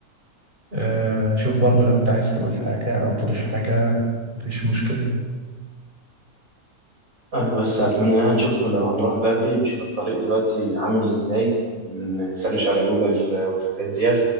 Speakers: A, on the right; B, on the right.
A: أه شوف برضه لو أنت عايز تقول حاجة أو تضيف حاجة مفيش مشكلة
B: أنا بس أتمنى إن إحنا نشوف لو هنروح بدري نشوف الطريق دلوقتي عامل إزاي نسرش على جوجل والحاجات ديت